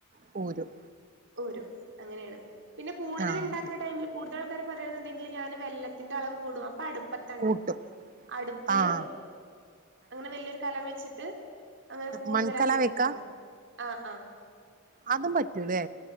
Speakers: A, on the right; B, on the right.
A: പോരും
B: ഓരു അങ്ങനെയാണ് പിന്നെ കൂടുതല്
A: ആഹ്
B: ഇണ്ടാക്ക്ണ ടൈമിൽ കൂടുതലാൾക്കാരെ പറയാണങ്കിൽ ഞാന് വെള്ളത്തിന്റെ അളവ് കൂടും അപ്പൊ അടു പത്തണ്ടാക്കാ
A: കൂട്ടും
B: അടുപ്പില്
A: ആഹ്
B: അങ്ങനെ വലിയൊരു കലം വെച്ചിട്ട് അങ്ങനെ കൂടുതലാക്കിട്ട്ണ്ടാക്കാറ്
A: മൺകല വെക്കാ
B: ആ ആ
A: അതും പറ്റൂലേ